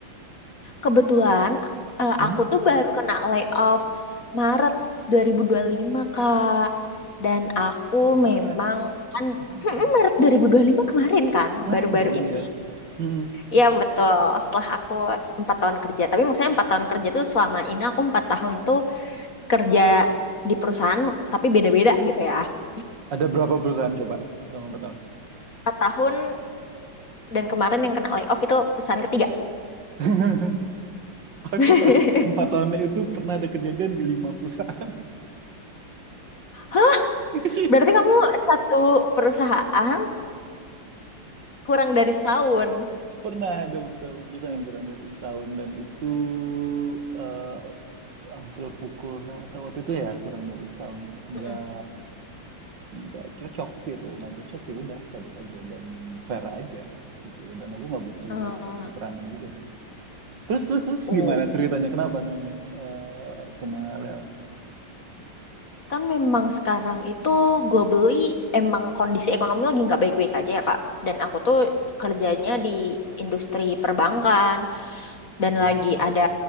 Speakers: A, on the left; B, on the right.
A: Kebetulan eh,
B: Hmm?
A: aku tuh baru kena layoff Maret 2025, Kak. Dan aku
B: Maret
A: memang kan
B: Ah,
A: <laughs>
B: oke
A: Maret 2025 kemarin kan,
B: Maret
A: baru-baru
B: dong
A: ini.
B: ya mm
A: Iya betul, setelah aku empat tahun kerja. Tapi maksudnya empat tahun kerja tuh selama ini aku empat tahun tuh kerja di perusahaan tapi beda-beda gitu ya. <laughs>
B: ada berapa perusahaan coba selama 4 tahun
A: Empat tahun dan kemarin yang kena layoff itu perusahaan ketiga.
B: <laughs> Aku
A: <laughs>
B: ta- empat tahun itu pernah ada kejadian di lima perusahaan.
A: Hah,
B: <laughs>
A: berarti kamu satu perusahaan kurang dari setahun.
B: Pernah ada beberapa perusahaan yang kurang dari setahun dan itu eh, hampir pukul rata waktu itu ya kurang dari setahun. Nggak
A: Mm-mm.
B: nggak cocok gitu, nggak cocok ya udah cabut aja dan fair aja gitu. Dan aku nggak butuh
A: Eh,
B: keterangan juga sih. Terus terus terus
A: oh,
B: gimana ceritanya? Kenapa Naomi Eh, kena layoff?
A: kan memang sekarang itu globally emang kondisi ekonomi lagi nggak baik-baik aja ya Kak. Dan aku tuh kerjanya di industri perbankan dan
B: Oh,
A: lagi ada